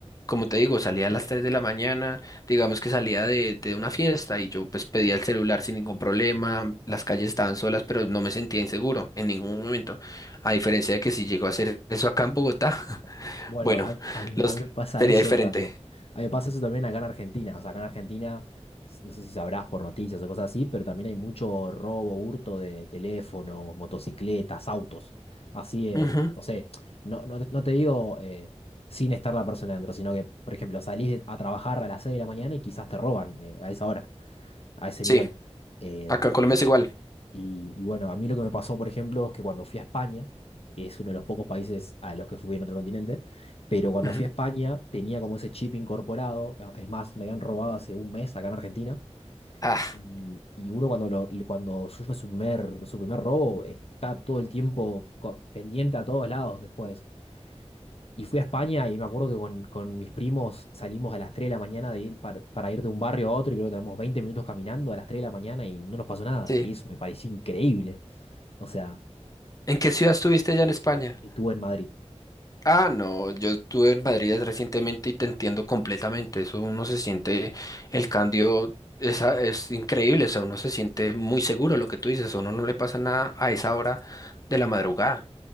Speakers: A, on the left (about 30°); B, on the left (about 60°).
A: como te digo, salía a las 3 de la mañana, digamos que salía de, de una fiesta y yo pues pedía el celular sin ningún problema, las calles estaban solas, pero no me sentía inseguro en ningún momento. A diferencia de que si llego a hacer eso acá en Bogotá, <laughs>
B: Bueno,
A: bueno,
B: a, a mí
A: los
B: a mí me pasa
A: sería
B: eso
A: diferente.
B: también. A mí me pasa eso también acá en Argentina. O sea, acá en Argentina, s- no sé si sabrás por noticias o cosas así, pero también hay mucho robo, hurto de teléfonos, motocicletas, autos. Así, eh,
A: Ujú.
B: no sé, no, no, te no te digo eh, sin estar la persona dentro, sino que, por ejemplo, salís a trabajar a las 6 de la mañana y quizás te roban eh, a esa hora, a ese
A: Sí,
B: nivel. Eh,
A: acá en Colombia es igual.
B: y, y bueno, a mí lo que me pasó, por ejemplo, es que cuando fui a España, que es uno de los pocos países a los que fui en otro continente, pero cuando
A: Ujú.
B: fui a España tenía como ese chip incorporado, a- es más, me habían robado hace un mes acá en Argentina,
A: Ah,
B: y, y uno cuando, lo- cuando sufre su primer, su primer robo está todo el tiempo co- pendiente a todos lados después. Y fui a España y me acuerdo que con, con mis primos salimos a las 3 de la mañana de ir para, para ir de un barrio a otro y creo que tenemos 20 minutos caminando a las 3 de la mañana y no nos pasó nada.
A: sí.
B: Y eso me pareció increíble. O sea,
A: ¿En qué ciudad estuviste ya en España?
B: estuvo en Madrid.
A: Ah, no, yo estuve en Madrid recientemente y te entiendo completamente. Eso uno se siente, el cambio esa, es increíble. O sea, uno se siente muy seguro lo que tú dices. A uno no le pasa nada a esa hora de la madrugada.